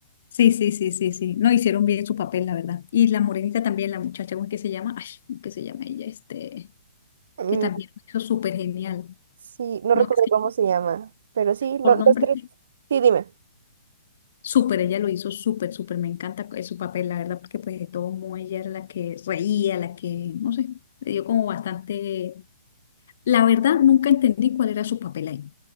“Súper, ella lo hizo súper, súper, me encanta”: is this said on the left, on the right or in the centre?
Left